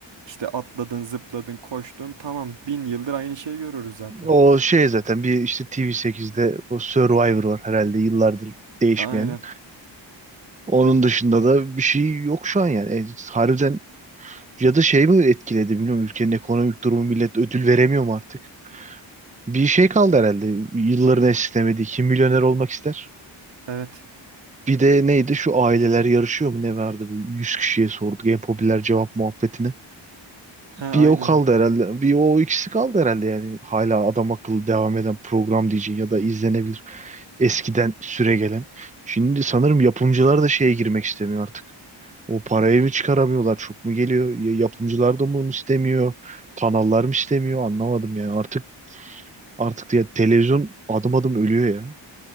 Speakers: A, on the right; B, on the right.
A: İşte atladın, zıpladın, koştun. Tamam, bin yıldır aynı şeyi görürüz zaten.
B: O şey zaten bir işte tv sekizde o Survivor var herhalde yıllardır değişmeyen.
A: Aynen.
B: Onun
A: Yok.
B: dışında da bir şey yok şu an yani. E, harbiden ya da şey mi etkiledi bilmiyorum ülkenin ekonomik durumu millet ödül veremiyor mu artık? Bir şey kaldı herhalde. Yılların esnemediği kim milyoner olmak ister?
A: Evet.
B: Bir de neydi şu aileler yarışıyor mu ne vardı? bu 100 kişiye sorduk en popüler cevap muhabbetini.
A: He, aynen.
B: Bir o kaldı herhalde. Bir o ikisi kaldı herhalde yani. Hala adam akıllı devam eden program diyeceğin ya da izlenebilir. Eskiden süre gelen. Şimdi sanırım yapımcılar da şeye girmek istemiyor artık. O parayı mı çıkaramıyorlar? Çok mu geliyor? Ya- Yapımcılar da mı bunu istemiyor. Kanallar mı istemiyor? Anlamadım yani. Artık artık ya televizyon adım adım ölüyor ya.